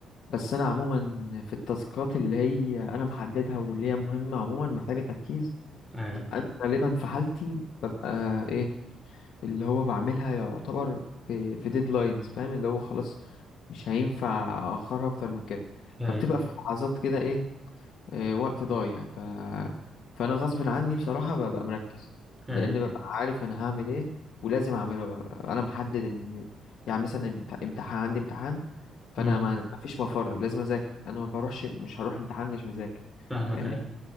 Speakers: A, on the left; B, in the centre.
A: بس أنا عموما في التاسكات اللي هي أنا محددها واللي هي مهمة عموما محتاجة تركيز
B: أي
A: أنا غالبا في حالتي ببقى إيه اللي هو بعملها يعتبر في في ديدلاينز فاهم اللي هو خلاص مش هينفع أأخرها أكتر من كده
B: أي
A: فبتبقى في لحظات كده إيه آه، وقت ضايع ف... فانا غصب عني بصراحة ببقى مركز
B: أي
A: لان ببقى عارف انا هعمل ايه ولازم اعمله ببقى انا محدد ان يعني مثلا امت- امتحان عندي امتحان فانا
B: مم.
A: ما مفيش مفر لازم اذاكر انا ما بروحش مش هروح امتحان مش مذاكر
B: فاهمك
A: فاهمني
B: أي